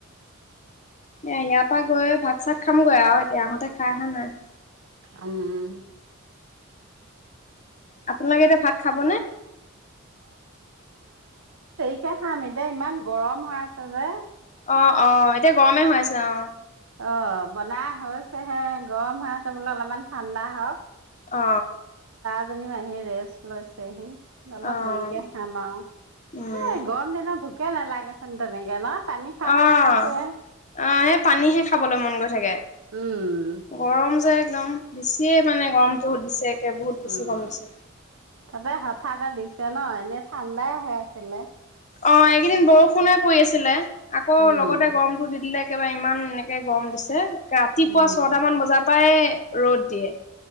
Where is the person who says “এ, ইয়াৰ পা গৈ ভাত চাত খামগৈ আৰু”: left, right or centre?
Left